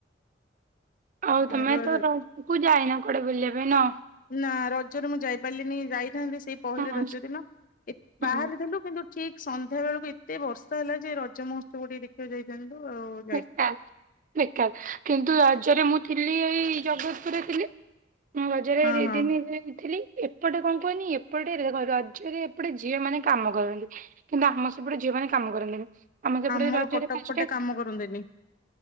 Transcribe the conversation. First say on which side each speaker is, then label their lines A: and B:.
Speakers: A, on the right; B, on the left.
A: ଆଉ ତମେ
B: ଆମର
A: ତ ରକୁ ଯାଇନା କୁଆଡେ ବୁଲିବା ପାଇଁ ନ?
B: ନା ରଜରେ ମୁଁ ଯାଇପାରିଲିନି ଯାଇଥାନ୍ତି ସେଇ ପହିଲି
A: ହୁଁ
B: ରଜ ଦିନ ଏ ବାହାରରେ
A: ହୁଁ
B: ଥିଲୁ କିନ୍ତୁ ଠିକ୍ ସନ୍ଧ୍ୟା ବେଳକୁ ଏତେ ବର୍ଷା ହେଲା ଯେ ରଜ ମହୋତ୍ସବ ଟିକେ ଦେଖିବାକୁ ଯାଇଥାନ୍ତୁ ଆଉ-ଉ-ଉ
A: ବମୁଁ ଏକା ମୁଁ ଏକା କିନ୍ତୁ ରାଜରେ ମୁଁ ଥିଲି ଏଇ ଜଗତପୁରରେ ଥିଲି ମୁଁ ରଜରେ
B: ହଁ
A: ଦି
B: ହଁ
A: ଦିନି-ଇ-ଇ-ଇ ଥିଲି। ଏପଟେ କଣ କୁହନି ଏପଟେ ର-ର-ର ରଜରେ ଏପଟେ ଝିଅ ମାନେ କାମ କରନ୍ତି। କିନ୍ତୁ ଆମ ସେପଟେ ଝିଅ ମାନ କାମ କରନ୍ତିନି ଆମ ସେପଟେ
B: ଆମର
A: ରଜରେ
B: କଟକ
A: ପାଞ୍ଚଟା
B: ପଟେ କାମ କରନ୍ତିନି।